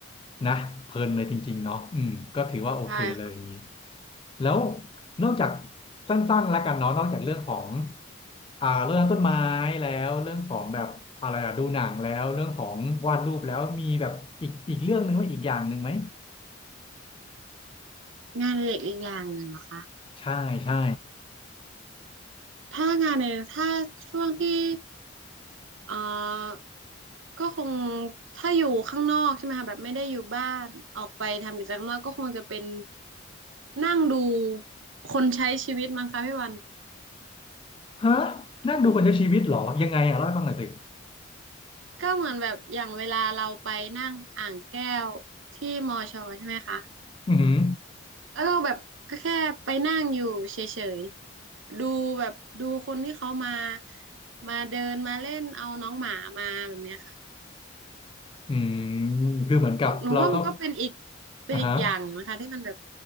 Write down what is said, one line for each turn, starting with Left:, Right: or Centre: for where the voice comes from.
Left: นะเพลินเลยจริงๆเนาะอืมก็ถือว่าโอเคเลยอย่างนี้
Right: ใช่ค่ะ
Left: แล้วนอกจากสั้นๆแล้วกันเนาะนอกจากเรื่องของอ่าเรื่องต้นไม้แล้วเรื่องของแบบอะไรอะดูหนังแล้วเรื่องของวาดรูปแล้วมีแบบอีกอีกเรื่องหนึ่งไหมอีกอย่างหนึ่งไหม
Right: งานอดิเรกอีกอย่างหนึ่งเหรอคะ
Left: ใช่ใช่
Right: ถ้างานในถ้าช่วงที่เอ่อก็คงถ้าอยู่ข้างนอกใช่ไหมคะแบบไม่ได้อยู่บ้านออกไปทำกิจกรรมข้างนอกก็คงจะเป็นนั่งดูคนใช้ชีวิตมั้งคะพี่วัน
Left: ฮะนั่งดูคนใช้ชีวิตเหรอยังไงอ่ะเล่าให้ฟังหน่อยสิ
Right: ก็เหมือนแบบอย่างเวลาเราไปนั่งอ่างแก้วที่มอชอใช่ไหมคะ
Left: อืมอหือ
Right: แล้วเราแบบก็แค่ไปนั่งอยู่เฉยๆดูแบบดูคนที่เขามามาเดินมาเล่นเอาน้องหมามาแบบเนี้ยค่ะ
Left: อืมคือเหมือนกับเราก็
Right: หนูหนูว่ามันก็เป็นอีกเป็นอีกอย่างนะคะที่มันแบบ
Left: อ่าฮะ